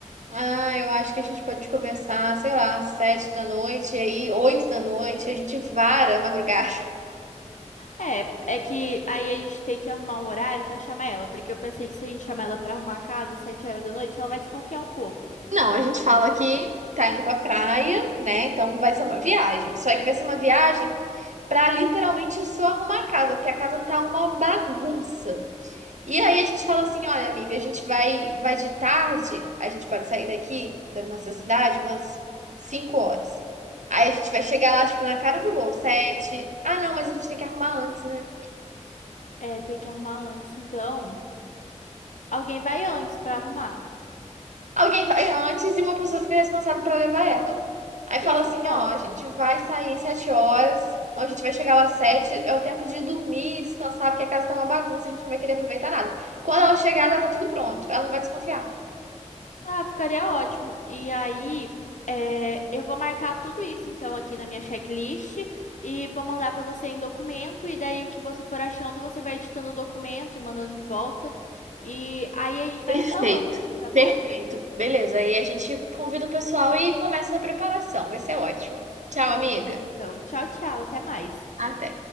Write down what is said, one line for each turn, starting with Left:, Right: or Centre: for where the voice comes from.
Right: Ah, eu acho que a gente pode começar, sei lá, sete da noite, e aí oito da noite, a gente vara a madrugada.
Left: É, é que aí a gente tem que arrumar um horário pra chamar ela, porque eu pensei que se a gente chamar ela pra arrumar a casa às sete horas da noite, ela vai desconfiar um pouco.
Right: <laughs> Não, a gente fala que tá indo pra praia, né? Então vai ser uma viagem. Só que vai ser uma viagem. Pra literalmente só arrumar a casa, porque a casa tá uma bagunça. E aí a gente fala assim, olha, amiga, a gente vai vai de tarde, a gente pode sair daqui da nossa cidade umas 5 horas. Aí a gente vai chegar lá, tipo, na cara do gol, sete. Ah, não, mas a gente tem que arrumar antes, né?
Left: É, tem que arrumar antes, então. Alguém vai antes pra arrumar.
Right: Alguém vai antes e uma pessoa fica responsável pra levar ela. Aí fala
Left: Isso,
Right: assim,
Left: pronto.
Right: ó, a gente vai sair sete horas, a gente vai chegar lá sete, é o tempo de dormir, descansar, porque a casa tá uma bagunça, a gente não vai querer aproveitar nada. Quando ela chegar, já tá tudo pronto, ela não vai desconfiar.
Left: Ah, ficaria ótimo. E aí, é, eu vou marcar tudo isso então aqui na minha checklist e vou mandar pra você em documento. E daí o que você for achando, você vai editando o documento e mandando de volta. E aí a gente vai
Right: Perfeito,
Left: se falando, tá bom?
Right: perfeito. Beleza, aí a gente convida o pessoal e começa a preparação, vai ser ótimo. Tchau, amiga.
Left: Tá bom, então. Tchau, tchau. Até mais.
Right: Até.